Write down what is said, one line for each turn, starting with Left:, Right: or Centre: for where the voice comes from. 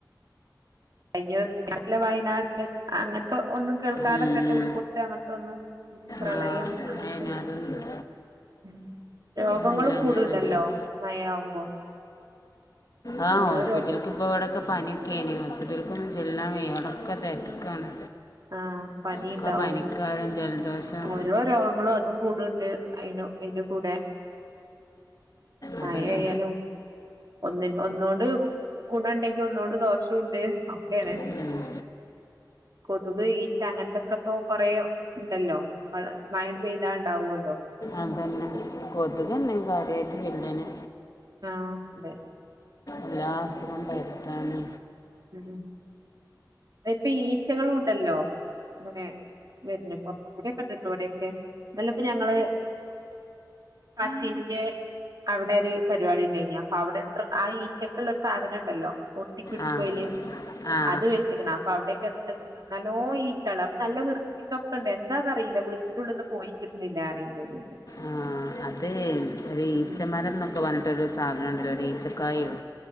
Right: <unintelligible> വയനാടെ അങ്ങൻത്തെ ഒന്നും കേൾക്കാതക്കെട്ടെ
Left: ഉം, ഉം.
Right: ഉൾപൊട്ട് അങ്ങൻത്തെന്നും പ്രളയം
Left: ആ
Right: അങ്ങൻത്തൊന്നും
Left: അതിന് അതൊന്നും
Right: ഉം രോഗങ്ങളും
Left: ഒന്നുമില്ല
Right: കൂട്ണ്ട്ല്ലോ
Left: ഞാൻ മതിയേന്
Right: മഴയാവുമ്പോ
Left: ആഹ്
Right: ഓരോരോ
Left: ഹോസ്പിറ്റിൽ ഇപ്പ ഇവിടൊക്കെ പനിയൊക്കെയായി ഹോസ്പിറ്റലക്കൊന്നും ചെല്ലാവിടൊക്കെ തെരക്കാണ്.
Right: ആഹ് പനിണ്ടാവും
Left: ഒക്കെ പനിക്കാരും ജലദോഷം
Right: ഓരോ രോഗങ്ങളും അതും കൂടണ്ട് അഹ് അതിന്റെ കൂടെ മഴയായാലും
Left: അതന്നെ
Right: ഒന്നി ഒന്നോണ്ട് ഗുണ ഉണ്ടെങ്കിൽ ഒന്നോണ്ട് ദോഷംണ്ട് ഒക്കെണ്
Left: ഉം, ഉം.
Right: കൊതുക് ഈച്ച് അങ്ങനത്തൊക്കെ ഇപ്പോ കൊറേ ഉണ്ടല്ലോ? മഴ പെയ്താണ്ടാവുല്ലോ?
Left: അതു തന്നെ കൊതുകന്നെ കാര്യയിട്ട് വില്ലന്
Right: ആഹ അതെ
Left: എല്ലാ അസുഖം പരത്താന്.
Right: ഉ ഇപ്പൊ ഈച്ചകളും ഉണ്ടല്ലോ അങ്ങനെ? വര്ണ് പൊറത്ത കൂടിക്കെണ്ട് ഇവിടെൊക്കെ ഇന്നലെഇപ്പ ഞങ്ങള് പത്തിന്റെ അവിടെ ഒരു പരിപാടി ഉണ്ടെയിന്നി അപ്പൊ അവിടെ എത്ര ആഹ ഈച്ചക്കള്ള ഒരു സാധനം ഉണ്ടല്ലോ ഒട്ടിപിടി
Left: ആ
Right: ല്
Left: ആ ആ
Right: അത് വെച്ചക്കണ് അപ്പൊ അവിടെക്കെ എന്ത നല്ലോ ഈ ചോളഅപ്പൊ നല്ല വൃത്തി ഇതെ ക്കണ്ട് എന്താന്ന അറിയില്ല വീട്ടിനുള്ളൊന്ന് പോയി കിട്ടന്നില്ല പറി ൺണ്ട്
Left: ആഹ അത് ഒരു ഈച്ചമരന്നൊക്ക
Right: ഉം
Left: പ്പൊ വന്ന്ട്ടോര് സാധനം ണ്ടല്ലോ ഈച്ചക്കായോ